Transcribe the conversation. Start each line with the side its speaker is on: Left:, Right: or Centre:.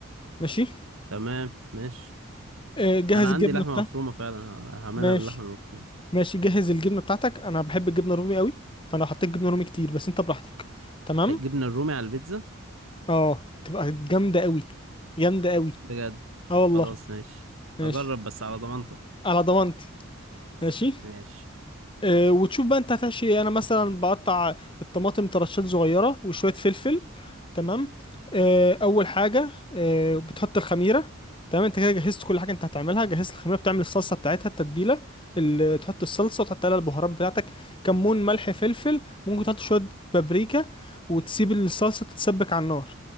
Left: ماشي
Right: تمام ماشي
Left: آه، جهز
Right: انا
Left: الجبنه
Right: عندي لحمه
Left: بتاعتك
Right: مفرومه فعلا ه- هعملها
Left: ماشي
Right: باللحمه المفرومه
Left: ماشي جهز الجبنه بتاعتك انا بحب الجبنه الرومي قوي فانا حطيت جبنه رومي كتير بس انت براحتك تمام
Right: ح- جبنه الرومي على البيتزا
Left: اه تبقى جامده قوي جامده قوي
Right: بجد
Left: اه والله
Right: خلاص ماشي
Left: ماشي
Right: هجرب بس على ضمانتك
Left: على ضمانتي ماشي
Right: ماشي
Left: آه، وتشوف بقى انت هتحشي ايه. انا مثلا بقطع الطماطم ترشات صغيره وشويه فلفل تمام آه، اول حاجه آه، بتحط الخميره تمام انت كده جهزت كل حاجه انت هتعملها جهزت الخميره بتعمل الصلصه بتاعتها التتبيله اللي تحط الصلصه وتحط عليها البهارات بتاعتك كمون ملح فلفل ممكن تحط شويه بابريكا وتسيب الصلصه تتسبك على النار